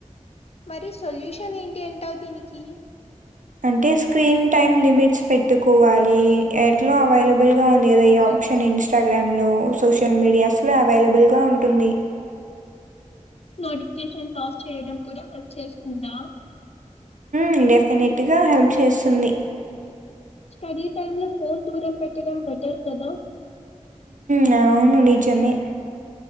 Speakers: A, on the left; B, on the right.
A: మరి సొల్యూషన్ ఏంటి ఎంటవు దీనికి
B: అంటే స్క్రీన్ టైమ్ లిమిట్స్ పెట్టుకోవాలి ఎట్లా అవైలబుల్ గా ఉందిదా ఈ ఆప్షన్ ఇన్స్టాగ్రామ్ లో సోషల్ మీడియాస్ లో అవైలబుల్ గా ఉంటుంది
A: నోటిఫికేషన్స్ ఆఫ్ చేయడం కూడా హెల్ప్ చేస్తుందా
B: మ్ డెఫినెట్ గా హెల్ప్ చేస్తుంది
A: స్టడీ టైమ్ లో ఫోన్ దూరం పెట్టడం బెటర్ కదా
B: మ్ అవును నిజమే